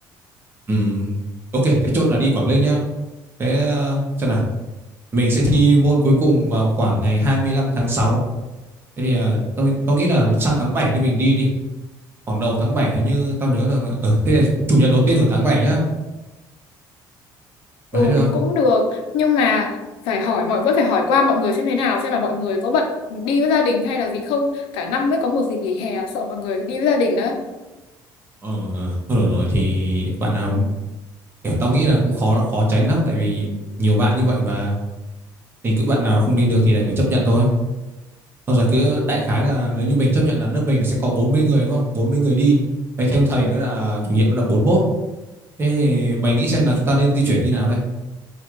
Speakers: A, on the right; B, on the left.
A: Ừm, ok, thế chốt là đi Quảng Ninh nhá. Thế ờ, xem nào, mình sẽ thi môn cuối cùng vào khoảng ngày 25 tháng 6. Thế thì ờ, tao, tao nghĩ là sang tháng 7 đi mình đi đi khoảng đầu tháng bảy hình như tao nhớ là ờ thế là chủ nhật đầu tiên của tháng 7 nhá
B: Ừ,
A: mày thấy được
B: thì
A: không
B: cũng được. Nhưng mà phải hỏi, mọi vẫn phải hỏi qua mọi người xem thế nào, xem là mọi người có bận đi với gia đình hay là gì không. Cả năm mới có một dịp nghỉ hè, sợ mọi người đi với gia đình đó.
A: ờ ờ, thôi được rồi thì bạn nào kiểu tao nghĩ là cũng khó khó tránh lắm tại vì nhiều bạn như vậy mà thì cứ bạn nào không đi được thì đành phải chấp nhận thôi xong rồi cứ đại khái là nếu như mình chấp nhận là lớp mình sẽ có bốn mươi người đúng không 40 người đi Mày thêm thầy nữa là chủ nhiệm nữa là 41 thế mày nghĩ xem là chúng ta nên di chuyển như nào đây